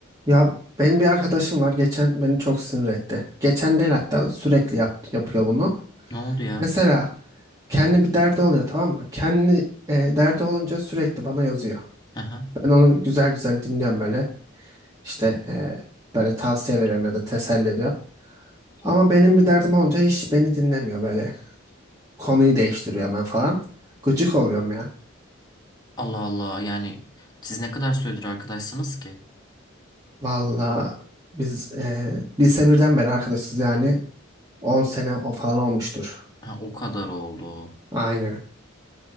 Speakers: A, on the right (about 20°); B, on the left (about 20°).
A: Ya benim bir arkadaşım var geçen beni çok sinir etti. Geçen değil hatta sürekli yap, yapıyor bunu.
B: Ne oldu ya?
A: Mesela kendi bir derdi oluyor tamam mı? Kendi e, derdi olunca sürekli bana yazıyor.
B: Aha.
A: Ben onu güzel güzel dinliyorum böyle. İşte e, böyle tavsiye veriyorum ya da teselli ediyorum. Ama benim bir derdim olunca hiç beni dinlemiyor böyle. Konuyu değiştiriyor ben falan. Gıcık oluyorum ya.
B: Allah Allah yani siz ne kadar süredir arkadaşsınız ki?
A: Valla biz e, lise birden beri arkadaşız yani 10 sene o falan olmuştur.
B: Ha, o kadar oldu.
A: Aynen.